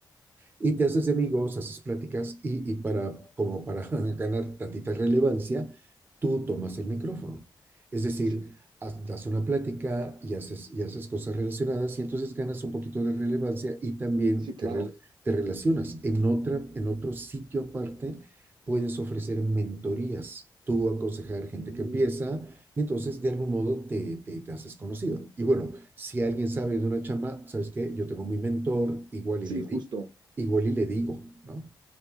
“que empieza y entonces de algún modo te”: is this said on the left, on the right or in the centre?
Right